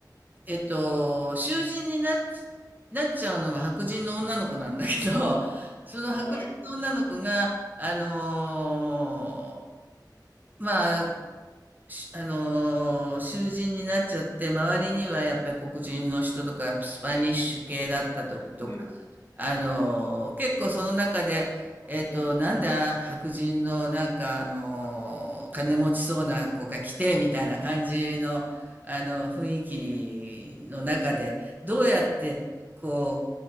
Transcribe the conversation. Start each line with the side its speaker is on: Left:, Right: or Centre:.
Right: えっと、囚人になっ、なっちゃうのが白人の女の子なんだけど、<laughs> その白人の女の子が、
Left: はい。
Right: あのーまあ、しあのー囚人になっちゃって、周りにはやっぱり黒人の人とか、スパニッシュ系だったりとか、
Left: うん。
Right: あのー結構その中で、えっと、なんで白人のなんか、あのー金持ちそうな子が来て、みたいな感じの、あの、雰囲気の中で、どうやって、こ